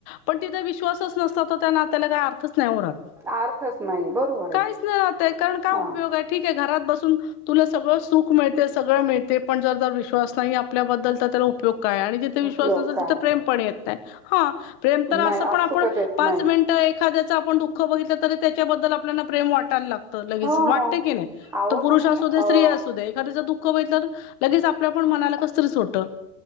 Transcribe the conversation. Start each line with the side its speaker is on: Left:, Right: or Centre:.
Left: पण तिथं विश्वास सच नसता तर त्या नात्याला काय अर्थच नाही उरत
Centre: अर्थच नाही बरोबर आहे
Left: काहीच नाही ना ताई कारण काय
Centre: हा
Left: उपयोग आहे. ठीक आहे घरात बसून तुला सगळं सुख मिळते, सगळं मिळते, पण जर जर विश्वास नाही आपल्याबद्दल तर त्याला उपयोग काय आणि जिथे विश्वास
Centre: उपयोग
Left: नसेल
Centre: काय
Left: तिथं प्रेम पण येत नाही. हा प्रेम
Centre: नाही
Left: तर असं
Centre: आपसुकच
Left: पण आपण
Centre: येत
Left: पाच
Centre: नाही
Left: मिनटं एखाद्याचं आपण दुःख बघितलं तरी त्याच्याबद्दल आपल्याला प्रेम वाटायला लागतं. लगेच
Centre: हो
Left: वाटत की नाही?
Centre: अहो
Left: तो पुरुष
Centre: तुम्ही
Left: असू
Centre: अ
Left: दे, स्त्री असू दे एखाद्याचे दुः ख बघितल्यावर लगेच आपल्या पण मनाला कसंतरीच होतं.